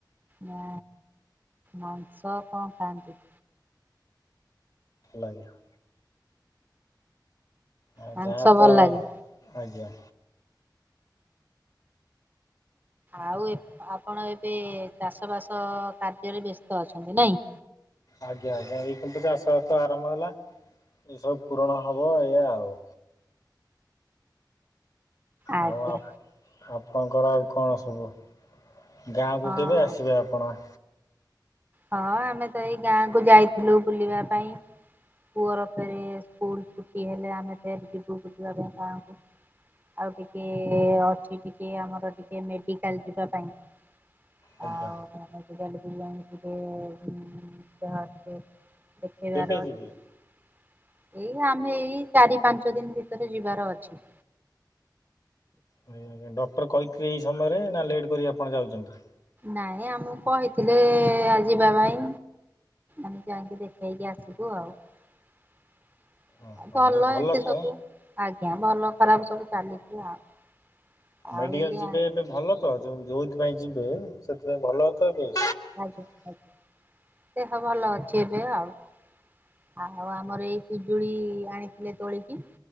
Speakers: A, on the right; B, on the left.
A: ନା ମାଂସ କଅ ଖାଆନ୍ତି
B: <inaudible> ଆଉ
A: ମାଂସ
B: ଯାଆ
A: ଭଲ
B: ତ
A: ଲାଗେ।
B: ଆଜ୍ଞା
A: ଆଉ ଆପଣ ଏବେ ଚାଷବାସ କାର୍ଯ୍ୟରେ ବ୍ୟସ୍ତ ଅଛନ୍ତି ନାହିଁ
B: ଆଜ୍ଞା ଆଜ୍ଞା ଏଇ କୁନା ଚାଷ ଆରମ୍ଭ ହେଲା ଏସବୁ ପୂରଣ ହବ ଏଇଆ ଆଉ
A: ଆଜ୍ଞା।
B: ଆଉ ଅପ୍ ଆପଣଙ୍କର ଆଉ କଣ ସବୁ ଗାଁକୁ
A: ହଁ
B: କେବେ ଆସିବେ ଆପଣ
A: ହଁ ଆମେ ତ ଏଇ ଗାଁକୁ ଯାଇଥିଲୁ ବୁଲିବା ପାଇଁ ପୁଅର ଫେରେ ସ୍କୁଲ ଛୁଟି ହେଲେ ଆମେ ଫେରେ ଯିବୁ ବୁଲିବା ପାଇଁ ଗାଁକୁ ଆଉ ଟିକେ ଅଛି ଟିକେ ଆମର ଟିକେ ମେଡିକାଲ ଯିବା ପାଇଁ ଆଉା
B: ଆଜ୍ଞା
A: <unintelligible> ଦେଖେଇବାର ଅଛି
B: କେବେ ଯିବେ
A: ଏଇ ଆମେ ଏଇ ଚାରି ପାଞ୍ଚ ଦିନ ଭିତରେ ଯିବାର ଅଛି
B: ଆଜ୍ଞା ଆଜ୍ଞା ଡକ୍ଟର କହିଥିଲେ ଏଇ ସମ୍ ବାରେ ନା ଲେଟ୍ କରି ଆପଣ ଯାଉଛନ୍ତି
A: ନାଇଁ ଆମକୁ କହିଥିଲେ ଏଏ ଯିବା ପାଇଁ ଆମେ ଯାଇକି ଦେଖେଇକି ଆସିବୁ ଆଉ
B: ଓହୋ
A: ଭଲ
B: ଏବେ
A: ଏମିତି ସବୁ
B: ତ?
A: ଆଜ୍ଞା ଭଲ ଖରାପ ସବୁ ଚାଲଛିି ଆଉ ଆଉ
B: ମେଡିକାଲ
A: ଏଇଆ
B: ଯିବେ ଏବେ ଭଲ ତ ଯଉଥିପାଇଁ ଯିବେ ସେଥିପାଇଁ ଭଲ ତ ଏବେ
A: ଆଜ୍ଞା ଆଜ୍ଞା ଦେହ ଭଲ ଅଛି ଏବେ ଆଉ ଆଉ ଆମର ଏଇ ପିଜୁଳି ଆଣିଥିଲେ ତୋଳିକି